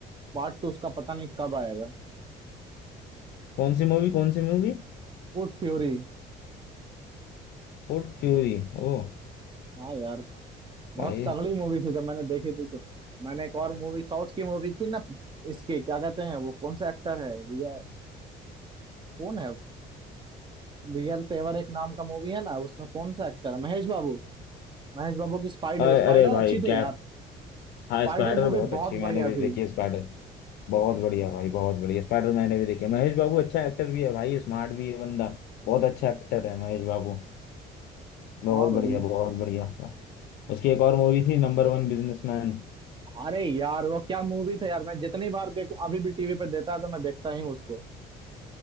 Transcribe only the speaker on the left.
कौन सी मूवी कौन सी मूवी
फुट फ्यूरी ओ
भाई
अरे
अरे भाई
क्या
हाँ
स्पाइडर
बहुत अच्छी
है, मैंने
भी
देखी है स्पाइडर बहुत बढ़िया भाई बहुत बढ़िया स्पाइडर मैंने भी देखी है महेश बाबू अच्छा एक्टर भी है भाई स्मार्ट भी है बंदा बहुत अच्छा एक्टर है महेश बाबू बहुत
बढ़िया बहुत बढ़िया उसकी एक और मूवी थी नंबर वन बिजनेसमैन